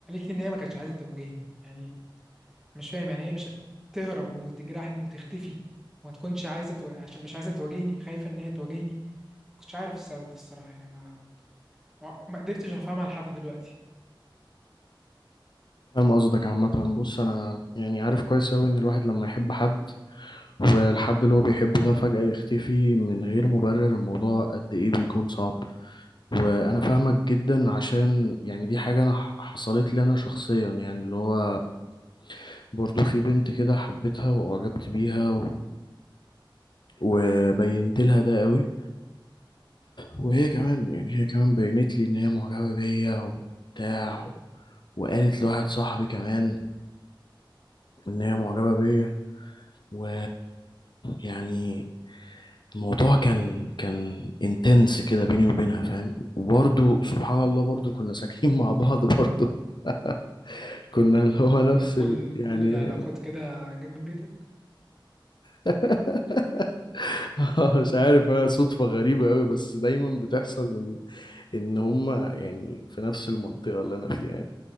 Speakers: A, in the centre; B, on the left (about 60°).
A: لي ان هي ما كانتش عايزه تواجهني يعني مش فاهم يعني هي مش تهرب وتجرحني وتختفي وما تكونش عايزه تو... عشان مش عايزه تواجهني خايفه ان هي تواجهني ما كنتش عارف السبب ده الصراحه يعني ما ما ما قدرتش افهمها لحد دلوقتي
B: فاهم قصدك عامة بص أنا يعني عارف كويس قوي إن الواحد لما يحب حد والحد اللي هو بيحبه ده فجأة يختفي من غير مبرر الموضوع قد إيه بيكون صعب وأنا فاهمك جدا عشان يعني دي حاجة أنا ح- حصلت لي أنا شخصيا يعني اللي هو برضو في بنت كده حبيتها وأعجبت بيها و... وبينت لها ده قوي وهي كمان يعني هي كمان بينت لي إن هي معجبة بيا وبتاع وقالت لواحد صاحبي كمان ان هي معجبه بيا و يعني الموضوع كان كان انتنس كده بيني وبينها فاهم وبرضو سبحان الله برضو كنا ساكنين <laughs> مع بعض برضو <laughs> كنا اللي هو نفس
A: كل
B: ال... يعني
A: كل العلاقات كده جنب بيتك
B: <laughs> مش عارف هي صدفة غريبة قوي بس دايما بتحصل ان ان هما يعني في نفس المنطقة اللي انا فيها يعني